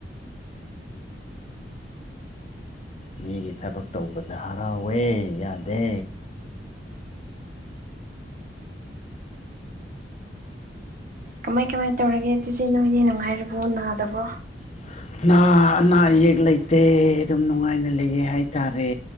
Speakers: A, on the left; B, on the right.
A: ꯃꯤꯒꯤ ꯊꯕꯛ ꯇꯧꯕꯗ ꯍꯔꯥꯎꯋꯦ ꯌꯥꯗꯦ
B: ꯀꯃꯥꯏ ꯀꯃꯥꯏ ꯇꯧꯔꯒꯦ ꯑꯗꯨꯗꯤ ꯅꯣꯏꯗꯤ ꯅꯨꯡꯉꯥꯏꯔꯤꯕꯣ ꯅꯥꯗꯕꯣ
A: <inaudible> ꯑ ꯑꯅꯥ ꯑꯌꯦꯛ ꯂꯩꯇꯦ ꯑꯗꯨꯝ ꯅꯨꯡꯉꯥꯏꯅ ꯂꯩꯌꯦ ꯍꯥꯏꯇꯥꯔꯦ